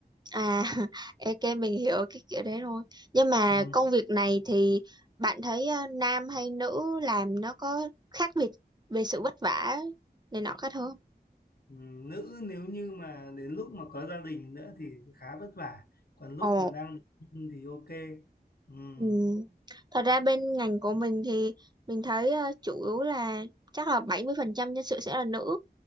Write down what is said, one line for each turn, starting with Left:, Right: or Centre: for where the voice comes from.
Right: à <laughs> ok mình hiểu cái kiểu đấy rồi nhưng mà
Left: Ừ.
Right: công việc này thì bạn thấy ờ, nam hay nữ làm nó có khác biệt về sự vất vả này nọ khác không
Left: Ừm, nữ nếu như mà đến lúc mà có gia đình nữa thì khá vất vả còn lúc
Right: ồ
Left: mà đang độc thân thì ok Ừm,
Right: Ừ. Thật ra bên ngành của mình thì mình thấy ờ, chủ yếu là chắc là 70% nhân sự sẽ là nữ.